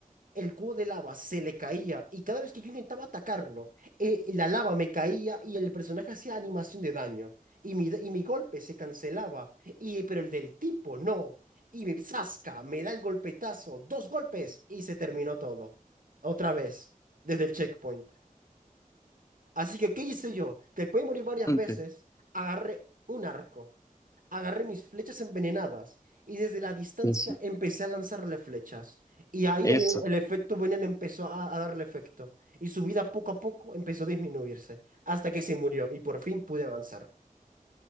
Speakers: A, on the right; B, on the left.
A: el cubo de lava se le caía y cada vez que yo intentaba atacarlo, eh, la lava me caía y el personaje hacía animación de daño y mi, y mi golpe se cancelaba, y, pero el del tipo no. Y me zasca, me da el golpetazo, dos golpes y se terminó todo. Otra vez, desde el checkpoint. Así que, ¿qué hice yo? Después de morir varias
B: cuéntame.
A: veces, agarré un arco, agarré mis flechas envenenadas y desde la distancia
B: Eso,
A: empecé a lanzarle flechas. Y ahí
B: eso.
A: el el efecto veneno empezó a, a darle efecto. Y su vida poco a poco empezó a disminuirse hasta que se murió y por fin pude avanzar.